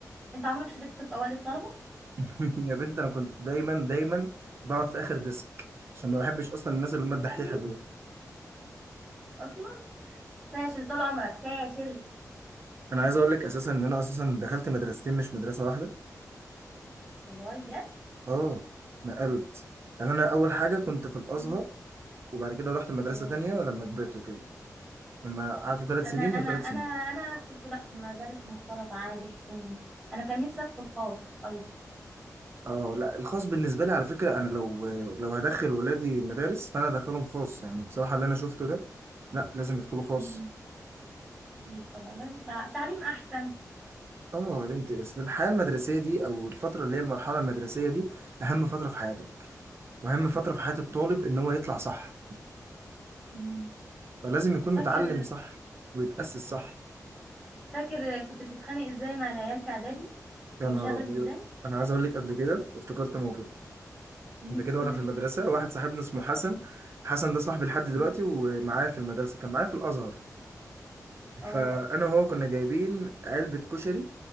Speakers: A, in the centre; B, on the right.
A: انت عمرك شاركت في اوائل الطلبه
B: <laughs> يا بنت انا كنت دايما دايما بقعد في اخر ديسك عشان ما بحبش اصلا الناس اللي هم الدحيحه
A: <laughs>
B: دول
A: اصلا فاشل طول عمرك فاشل
B: انا عايز اقول لك اساسا ان انا اساسا دخلت مدرستين مش مدرسه واحده
A: والله بجد
B: اه نقلت يعني انا اول حاجه كنت في الازهر
A: مم.
B: وبعد كده رحت مدرسه
A: اه
B: تانية لما كبرت وكده لما قعدت ثلاث
A: انا
B: سنين
A: انا
B: وثلاث
A: انا
B: سنين
A: انا كنت لا في مدارس مختلطه عادي حكومي انا كان نفسي ادخل خاص قوي
B: اه لا الخاص بالنسبه لي على فكره انا لو لو هدخل ولادي مدارس فانا هدخلهم خاص يعني بصراحه اللي انا شفته ده لا لازم يدخلوا خاص
A: مم. اكيد طبعا لازم تع- تعليم احسن
B: اه يا بنتي أصل الحياه المدرسيه دي او الفتره اللي هي المرحله المدرسيه دي اهم فتره في حياتك واهم فتره في حياه الطالب
A: مم.
B: ان هو يطلع صح
A: مم.
B: فلازم يكون
A: فاكر
B: متعلم صح ويتاسس صح
A: فاكر كنت بتتخانق ازاي مع العيال في اعدادي كنت
B: يا
A: مشاغب
B: نهار ابيض
A: ازاي
B: انا عايز اقول لك قبل كده افتكرت موقف
A: مم.
B: قبل كده
A: قول
B: وانا في المدرسه
A: لي
B: واحد صاحبنا اسمه حسن حسن ده صاحبي لحد دلوقتي
A: مم.
B: ومعايا في المدرسه كان معايا في الازهر
A: اه
B: فانا وهو كنا جايبين علبه كشري